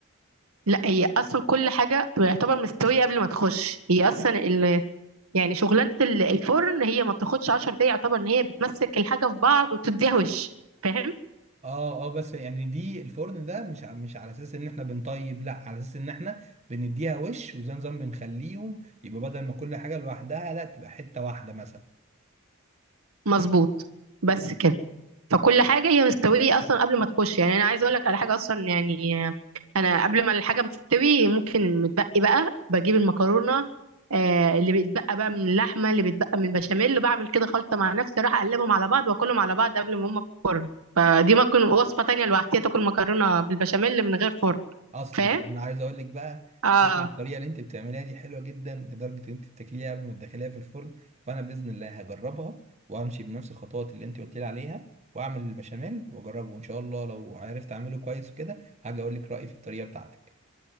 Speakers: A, on the right; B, on the right.
A: لا هي اصلا كل حاجه يعتبر مستويه قبل ما تخش هي اصلا يعني شغلانة ال- الفرن هي ما بتاخدش 10 دقايق يعتبر ان هي بتمسك الحاجة في بعض وتديها وش فاهم
B: اه اه بس يعني دي الفرن ده مش ع- مش على اساس ان احنا بنطيب لا على اساس ان احنا بنديها وش وزي نظام بنخليهم يبقى بدل ما كل حاجه لوحدها لا تبقى حته واحده مثلا
A: مظبوط بس كده فكل حاجة هي مستوية أصلا قبل ما تخش يعني أنا عايزة أقول لك على حاجة أصلا يعني أنا قبل ما الحاجة بتستوي ممكن المتبقي بقى بجيب المكرونة آه اللي بيتبقى بقى من اللحمة اللي بيتبقى من البشاميل اللي بعمل كده خلطة مع نفسي أروح أقلبهم على بعض وأكلهم على بعض قبل ما هما في الفرن فدي ممكن وصفة تانية لوحدها تاكل مكرونة بالبشاميل من غير فرن
B: اصلا
A: فاهم؟
B: انا عايز اقول لك بقى
A: اه
B: شكل الطريقه اللي انت بتعمليها دي حلوه جدا لدرجه ان انت بتاكليها قبل ما تدخليها في الفرن فانا باذن الله هجربها وامشي بنفس الخطوات اللي انت قلت لي عليها واعمل البشاميل واجربه وان شاء الله لو عرفت اعمله كويس وكده هاجي اقول لك رايي في الطريقه بتاعتك